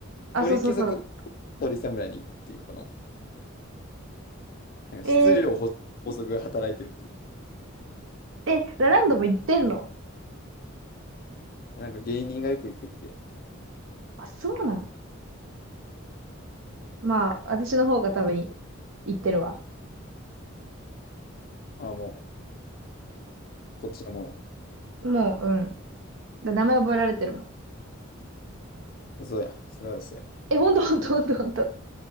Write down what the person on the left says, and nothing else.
鳥貴族、
鳥侍に行くっていう、この、なんか質量法法則が働いてるっていう。
なんか芸人がよく行くっていう。
ああ、もう、こっちのもの。
嘘や。それは嘘や。